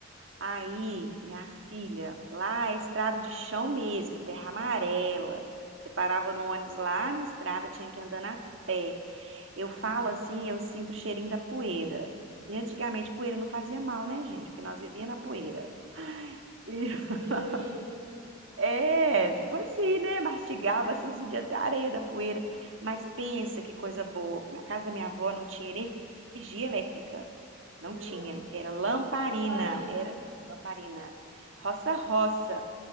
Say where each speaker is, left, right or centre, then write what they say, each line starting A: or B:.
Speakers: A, on the right (about 70°); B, on the right (about 85°).
A: Aí, minha filha, lá é estrada de chão mesmo, terra amarela. Você parava no ônibus lá na estrada, tinha que andar a pé. Eu
B: Nossa.
A: falo assim, eu sinto o cheirinho da poeira. E antigamente poeira não fazia mal, né, gente? Porque nós vivíamos na poeira. E <laughs>
B: Engolindo,
A: É, tipo assim, né? Mastigava, assim, sentia até a areia da poeira. Mas pensa que coisa boa. Na casa da minha avó não tinha ener- energia elétrica. Não
B: não.
A: tinha. Era lamparina.
B: Lamparina,
A: Era lamparina. Roça-roça.